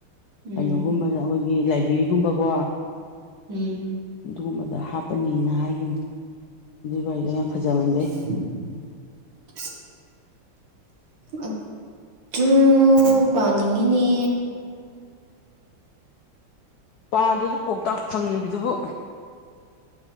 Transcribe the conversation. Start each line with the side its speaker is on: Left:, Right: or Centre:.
Right: ꯎꯝ
Left: ꯀꯩꯅꯣꯒꯨꯝꯕꯅ ꯑꯩꯈꯣꯏꯒꯤ ꯂꯥꯏꯕ꯭ꯔꯦꯔꯤꯒꯨꯝꯕꯀꯣ
Right: ꯎꯝ
Left: ꯑꯗꯨꯒꯨꯝꯕꯗ ꯍꯥꯞꯄꯅꯤꯅ ꯍꯥꯏꯒꯤꯕꯅꯦ ꯑꯗꯨꯏ ꯋꯥꯔꯤꯗꯣ ꯌꯥꯝ ꯐꯖꯃꯟꯕꯩ
Right: <inaudible> ꯑꯗꯨꯨ ꯄꯥꯅꯤꯡꯉꯤꯅꯦ
Left: ꯄꯥꯗ꯭ꯔꯖꯨ ꯀꯣꯛꯇꯥꯎ ꯐꯪꯉꯤꯕꯗꯨꯕꯨ